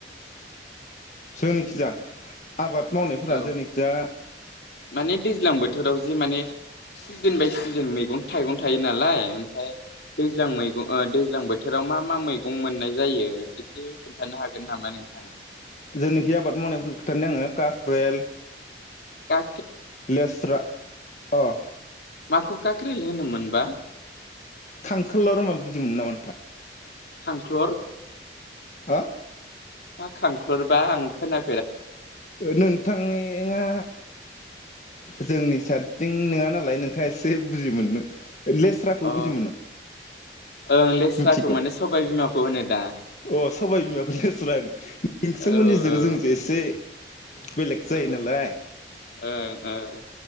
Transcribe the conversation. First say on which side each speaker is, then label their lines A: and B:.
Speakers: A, on the left; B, on the left.
A: जोंनिखिजा आबाद मावनायफोरा
B: औ
A: जोनिखिजा
B: माने दैज्लां बोथोराव जि माने सिजोन बाय सिजोन मैगं थाइगं थायो नालाय ओमफाय दैज्लां मैग ओ दैज्लां बोथोराव मा मा मै गं मोननाय जायो एसे खोन्थानो हागोन नामा नोंथाङा
A: जोंनोखि आबाद मावनायफोर खिथानि आङो काक्रेल
B: का
A: लेस्रा अ
B: माखौ काक्रेल होनोमोनबा
A: खांखोलर होनबा बुजिमोनो नामा नोंथाङा
B: खांख्लर
A: हो
B: मा खांख्लरबा आं खोना
A: नोंथांनि एङा जोंनि साइदथिं नोङा नालाय नोंथाङा एसे बुजि मोननो लेस्राखौ
B: अ
A: बुजि मोनो
B: ओं लेस्राखौ
A: मिथिगौ
B: माने सबाइ बिमाखौ होनो दा
A: अ सबाइ बिमाखो लेस्रा होनो नोंथांमोननिजो
B: औ औ
A: जोंनि जो एसे बेलेग जायो
B: ओं
A: नालाय
B: ओं ओं